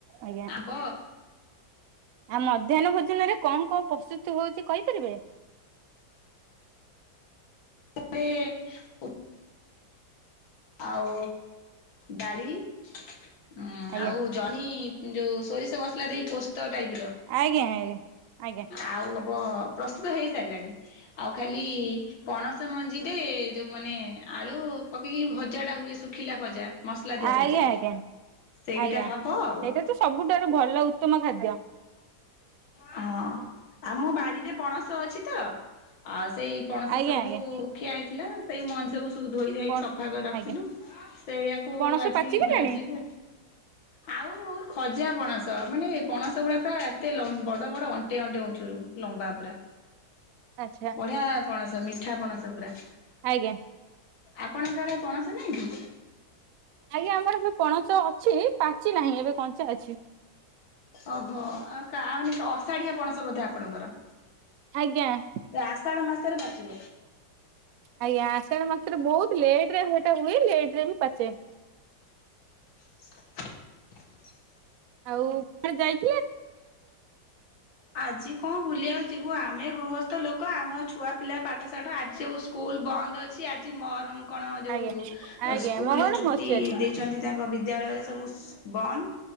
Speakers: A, on the right; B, on the left.
A: ଆଜ୍ଞା
B: ବ।
A: ଆଉ ମଧ୍ୟାହ୍ନ ଭୋଜନ ରେ କଣ କଣ ପ୍ରସ୍ତୁତି ହଉଛି କହିପାରିବେ?
B: ରେ ଉ। ଆଉ ଡାଳି। ହଁ
A: ଆଜ୍ଞା
B: ଆଉ ଜହ୍ନି ଯୋଉ ସୋରିଷ ମସଲା ଦେଇ ପୋଷ- ତ ଟାଇପର
A: ଆଜ୍ଞା ଆଜ୍ଞା ଆଜ୍ଞା
B: ଆଉ। ବ ପ୍ରସ୍ତୁତ ହେଇସାରିଲାଣି ଆଉ ଖାଲି ପଣସ ମଞ୍ଜିରେ ଯୋଉ ମାନେ ଆ ଳୁ ପକେଇକି ଭଜାଟା ହୁଏ ଶୁଖିଲା ଭଜା ମସଲା ଦିଆ
A: ଆଜ୍ଞା
B: ଭଜା।
A: ଆଜ୍ଞା
B: ସେଇଟା
A: ଆଜ୍ଞା
B: ହବ ଆଉ।
A: ସେଇଟା ତ ସବୁଠାରୁ ଭଲ ଉତ୍ତମ ଖାଦ୍ୟ
B: ହଁ ଆଉ ମୋ ବାଡିରେ ପଣସ ଅଛି ତ ଆ ସେଇ ପଣସ
A: ଆଜ୍ଞା
B: ସବୁ
A: ଆଜ୍ଞା
B: ଖିଆ ହେଇଥିଲା ସେଇ ମଞ୍ଜି ସବୁ ତୁ ଧୋଇ ଧାଇକି
A: କଣ
B: ସଫା କରି ରଖିଥିଲୁ।
A: ଆଜ୍ଞା
B: ସେଇୟା କୁ
A: ପଣସ
B: ଆଜି
A: ପାଚିଗଲାଣି
B: ଭାଜିବୁ। ଆଉ ଖଜା ପଣସ ମାନେ ପଣସ ଗୁଡା ପ୍ରା ଏତେ ଲ ବଡ ବଡ ଅଣ୍ଟେ ଅଣ୍ଟେ ଉଞ୍ଚୁରୁ ଲମ୍ବା ପୁରା।
A: ଆଚ୍ଛା
B: ବଢିଆ ପଣସ ମିଠା ପଣସ ପୁରା।
A: ଆଜ୍ଞା
B: ଆପଣଙ୍କ ଆଡେ ପଣସ ନାଇଁ କି?
A: ଆଜ୍ଞା ଆମର ଏବେ ପଣସ ଅଛି ପାଚି ନାହିଁ ଏବେ କଞ୍ଚା ଅଛି।
B: ଓହୋ ଆଉ କା ମାନେ ଅଷାଢିଆ ପଣସ ବୋଧେ ଆପଣଙ୍କର?
A: ଆଜ୍ଞା ଆଜ୍ଞା
B: ଆଷାଢ ମାସରେ ପାଚିବ।
A: ଆଜ୍ଞା। ସେତେବେଳେ ମାତ୍ର ବୋହୁତ ଲେଟରେ ହେଟା ହୁଏ। ଲେଟରେ ବି ପାଚେ।
B: <inaudible>
A: ଆଉ ହେଣେ ଯାଇ
B: ଆଜି କଣ ବୁଲିବାକୁ ଯିବୁ। ଆମେ ଗୃହ ତ ଲୋକ ଆମ ଛୁଆପିଲା ପାଠଶାଠ ଆଜି ସବୁ ସ୍କୁଲ ବନ୍ଦ ଅଛି ଆଜି ମହରମ। କଣ ଯୋଉ
A: ଆଜ୍ଞା ଆଜ୍ଞା
B: ସ୍କୁଲରେ
A: ମୋ ଘର
B: ଛୁଟି
A: ମସୁଆଜି
B: ଦେଇଚନ୍ତି ତାଙ୍କ ବି ଦ୍ୟାୟାଳୟରେ ସବୁ <unintelligible> ବନ୍ଦ